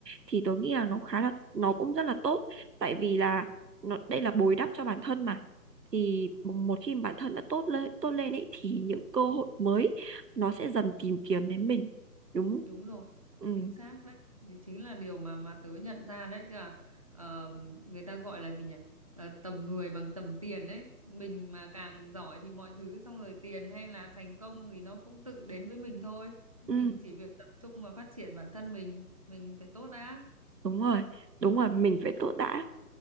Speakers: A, on the right; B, on the right.
A: thì tôi nghĩ là nó khá là nó cũng rất là tốt tại vì là nó đây là bồi đắp cho bản thân mà thì một khi mà bản thân đã tốt lên tốt lên ấy thì những cơ hội mới nó sẽ dần tìm kiếm đến mình đúng không?
B: đúng rồi
A: ừ
B: chính xác đấy đấy chính là điều mà mà tớ nhận ra đấy tức là ờ, người ta gọi là gì nhỉ Ờ, tầm người bằng tầm tiền đấy mình mà càng giỏi thì mọi thứ xong rồi tiền hay là thành công thì nó cũng tự đến với mình thôi mình
A: ừ
B: chỉ việc tập trung và phát triển bản thân mình mình phải tốt đã
A: đúng rồi đúng rồi mình phải tốt đã